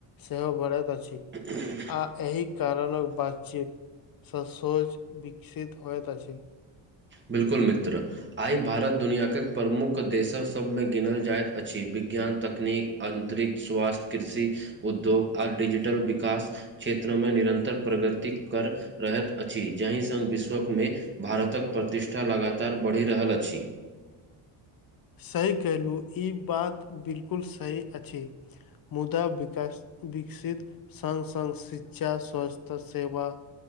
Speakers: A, on the left; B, on the right.
A: सेहो बरत अछि
B: ह <unintelligible>
A: आ एहि कारणक बातचीत ससोज विकसित होइत अछि
B: बिल्कुल मित्र आइ भारत दुनिआाकक प्रमुख देशसबमे गिनल जाइत अछि विज्ञान तकनी अन्तरिक्ष स्वास्थ्य कृषि उद्योग आ डिजिटल विकास क्षेत्रमे निरन्तर प्रगति कर रहैत अछि जाहि सङ्ग विश्वकमे भारतक प्रतिष्ठा लगातार बढ़ि रहल अछि
A: सही कहलू ई बात बिल्कुल सही अछि मुदा विकास विकसित सङ्ग सङ्ग शिक्षा स्वास्थ्य सेवा